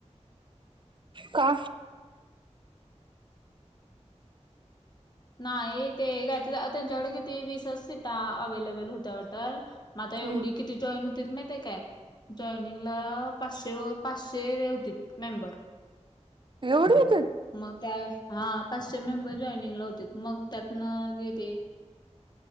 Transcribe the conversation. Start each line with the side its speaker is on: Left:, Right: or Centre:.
Right: का?
Left: नाही. ते कायतर, ते त्यांच्याकडे किती वीसच सीटा अवेलेबल होत्या वाटतं. म आता एवढी
Right: हम्म
Left: किती जॉईन होतीत माहितीय काय? जॉईनिंगला पाचशे पाचशे होतीत मेंबर.
Right: एवढी येत्यात.
Left: मग त्या, हा. पाचशे मेंबर जॉयनिंगला होतेत. मग त्यातनं घेउदे.